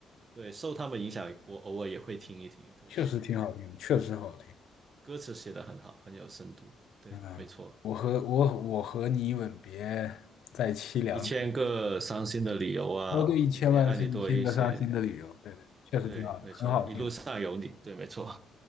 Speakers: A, on the right (about 35°); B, on the left (about 70°).
A: 对，受他们影响，我偶尔也会听一听，对，
B: 确实挺好听，确实好听。
A: 歌词写得很好，很有深度，对，
B: 嗯，
A: 没错，
B: 我和我我和你吻别在凄凉内，
A: 一千个伤心的理由啊，
B: 哦对，一千万是一千个伤心的理由，
A: 每天爱你多一些，
B: 对对，确实挺好的，
A: 对，没错，
B: 很好听的
A: 一路上有你，对，没错，